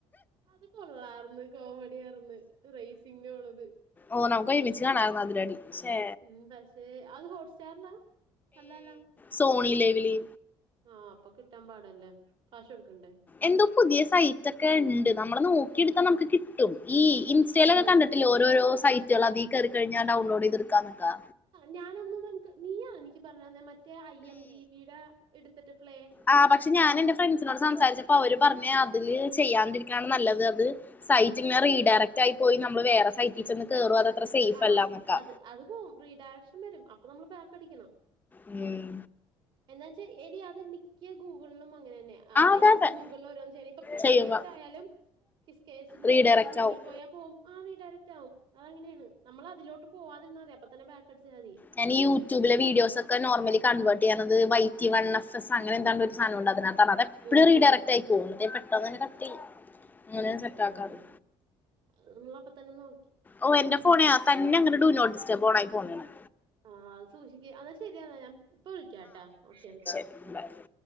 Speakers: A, on the right; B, on the left.
A: അത് കൊള്ളാർന്ന് കോമഡിയാർന്ന് റേസിങ്ങിനൊള്ളത്.
B: ഓ നമുക്ക് ഒരുമിച്ച് കാണായിരുന്നു അതിരടി ശേ
A: ഉം പക്ഷേ അത് ഹോട്ട്സ്റ്റാർലാ? അല്ലാല്ലോ.
B: സോണീ ലൈവില്.
A: ആഹ് അപ്പൊ കിട്ടാൻ പാടല്ലേ. കാശ് കൊടുക്കണ്ടേ
B: എന്തോ പുതിയ സൈറ്റ് ഒക്കെ ണ്ട് ഞമ്മള് നോക്കിയെടുത്താ നമുക്ക് കി ട്ടും ഈ ഇൻസ്റ്റയിലൊക്കെ
A: ഉം
B: കണ്ടിട്ടില്ലേ ഓരോരോ സൈറ്റാള് അതി കേറി കഴിഞ്ഞാൽ ഡൗൺലോഡ് ചെയ്തെടുക്കാന്നക്കാ.
A: ഞാനന്നത് എൻക്ക് നീയാ എനിക്ക് പറഞ്ഞന്നേ മറ്റേ ഐ എം ഡി ബിയുടെ എടുത്തിട്ട് പ്ലേ
B: ആഹ് പക്ഷെ ഞാൻ എൻറെ ഫ്രണ്ട്സിനോട് സംസാരിച്ചപ്പോ അവര് പറഞ് അതില് ചെയ്യാൻണ്ടിരിക്കാണ് നല്ലത് അത് സൈറ്റിങ്ങനെ റീഡയറക്റ്റ് ആയി പോയി നമ്മള് വേറെ സൈറ്റീ ചന്ന് കേറും അത് അത്ര സേഫ്
A: ആഹ്
B: അല്ലാന്നോക്കെ.
A: അത് അത് പോവും റീഡയറക്ഷൻ വരും അപ്പൊ നമ്മള് ബാക്കടിക്കണം.
B: ഉം
A: എന്നാ വച്ചാൽ എടീ അത് മിക്ക ഗൂഗിൾലും അങ്ങനെ തന്നെയാ. ആ
B: അതെ
A: ഐ മീൻ
B: അതെ
A: ഗൂഗിൾള് ഓരോന്ന് ചെയ്യ ഇപ്പൊ കിസ്
B: ചെയ്യുക
A: കെ എച്ച ആയാലും കിസ്കേഴ്സിന്റെ
B: റീഡയറക്റ്റ്
A: എവടെലും ഞങ്ങിപ്പോയാ
B: ആവും
A: പോകും. ആഹ് റീഡയറക്റ്റ് ആകും അത് അങ്ങനെയാണ് നമ്മൾ അതിലോട്ട് പോവാതിരുന്ന മതി അപ്പ തന്നെ ബാക്ക് അടിച്ചാൽ മതി
B: ഞാൻഈ യൂട്യൂബിലെ വീഡിയോ ഒക്കെ നോർമല കൺവേർ് ചെയ്യണുന്നത് Y T one F S അങ്ങന എന്താ ഒരു സാധമുണ്ട് അതിനകത്ത് കാരണം അതെപ്പഴും
A: ഉം
B: റീഡയറക്ട്
A: ഉം
B: ആയി പോകും പെട്ടെന്നു തന്നെ കട്ട്‌ ചെയ്യും അങ്ങനെ സെറ്റ്
A: ആഹ്
B: ആക്കാറ്
A: അത്നമ്മള അപ്പ തന്നെ നോ
B: ഓ എന്റെ ഫോണ തന്നെ അങ്ങനെ ഡു നോട്ട് ഡിസ്ട്രബ് ഓൻ ആയി പോവുന്നുണ്ട്
A: ആഹ് അത് സൂക്ഷിക്ക എന്നാ ശരിയാ ഞാൻ ഇപ്പ വിളിക്കാംട്ടാ ഓക്കെ
B: <unintelligible>
A: ശരി